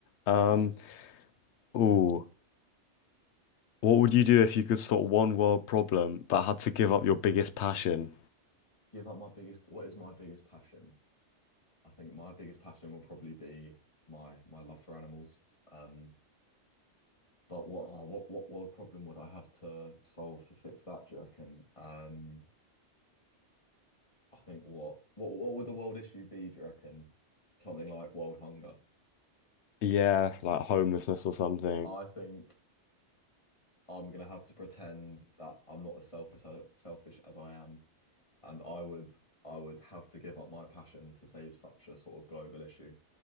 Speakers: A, on the left; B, on the left.
A: Um, ooh, what would you do if you could sort one world problem but had to give up your biggest passion?
B: Give up my biggest, what is my biggest passion? I think my biggest passion will probably be my my love for animals. Um, but what oh, what what world problem would I have to solve to fix that, do you reckon? Um, I think what what what would the world issue be, do you reckon? Something like world hunger.
A: Yeah, like homelessness or something.
B: I think I'm gonna have to pretend that I'm not as selfish as, selfish as I am, and I would I would have to give up my passion to save such a sort of global issue